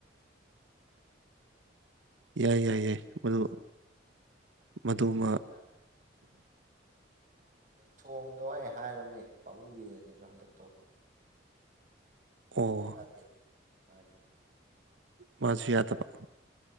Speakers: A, on the right; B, on the right.
A: ꯌꯥꯏ ꯌꯥꯏ
B: ꯇꯦꯡꯗꯣ
A: ꯌꯥꯏ ꯃꯗꯨ ꯃꯗꯨꯃ
B: ꯄꯨꯊꯣꯛ ꯌꯥꯏ ꯊꯣꯡꯗꯣ ꯑꯩ ꯍꯥꯏꯔꯕꯝꯅꯦ ꯄꯥꯕꯨꯡ ꯕꯤꯔꯦꯟꯁꯨ ꯍꯟꯗꯛꯇꯣ
A: ꯑꯣ
B: ꯗꯦ ꯃꯥ
A: ꯃꯥꯁꯨ ꯌꯥꯗꯕ